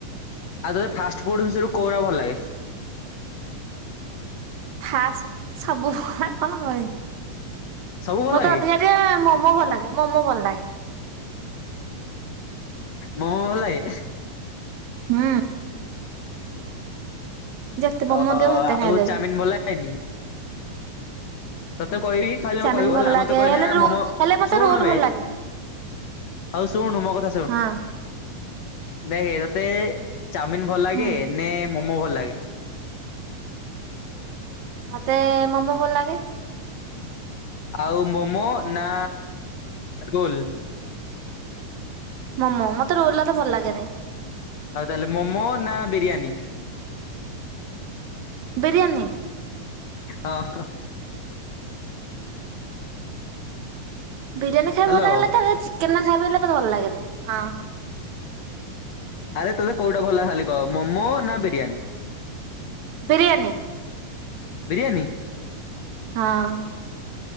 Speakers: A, on the left (about 60°); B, on the right (about 60°).
A: ଆଉ ତେ ଫାଷ୍ଟ ଫୁଡ ବିଷୟରେ କୋଉଗୁରା ଭଲ ଲାଗେ?
B: ଫାସ ସବୁ କଣ କହିବି
A: ସବୁ ଭଲ
B: ମତେ
A: ଲାଗେ
B: ଅଧିକା। ମତେ ମୋମୋ ଭଲ ଲାଗେ ମୋମୋ ଭଲ ଲାଗେ।
A: ମୋମୋ ଭଲ ଲାଗେ।
B: ହୁଁ। ଯେତେ ମୋମୋ
A: ରୋଲ
B: ଦିଅ ସେତେ
A: ଆଉ
B: ଖାଇଦେବି
A: ଚାଉମିନ ଭଲ ଲାଗେନି। ତତେ କହିବି ଖାଇଲେ
B: ଚାଉମିନ
A: ମତେ କହିବୁ
B: ଭଲ
A: ହେଲା
B: ଲାଗେ ହେଲେ ରୋ ହେଲେ ମତେ
A: ଶୁଣ
B: ରୋଲ
A: ବେ।
B: ଭଲ ଲାଗେ
A: ହଉ ଶୁଣୁ ମୋ କଥା ଶୁଣୁ।
B: ହଁ
A: ଦେଖେ ତତେ ଚାଉମିନ ଭଲ ଲାଗେ
B: ହୁଁ
A: ନେ ମୋମୋ ଭଲ ଲାଗେ।
B: ମତେ ମୋମୋ ଭଲ ଲାଗେ।
A: ଆଉ ମୋମୋ ନା ରୋଲ।
B: ମୋମୋ ମତେ ରୋଲ ରା ଏତେ ଭଲ ଲାଗେନି।
A: ଆଉ ତାହେଲେ ମୋମୋ ନା ବିରିୟାନୀ ‌।
B: ବିରିୟାନୀ।
A: ହଁ ହଁ।
B: ବିରିୟାନୀ ଖାଇବାକୁ
A: ହ୍ୟାଲୋ
B: ଭଲ ଲାଗିଲେ ତା ଚିକେନ ରା ଖାଇବା ମତେ ଭଲ ଲାଗେନି ହଁ।
A: ଆରେ ତୋତେ କୋଉଟା ଭଲ ଖାଲି କହ ମୋମୋ ନା ବିରିୟାନୀ।
B: ବିରିୟାନୀ।
A: ବିରିୟାନୀ।
B: ହଁ।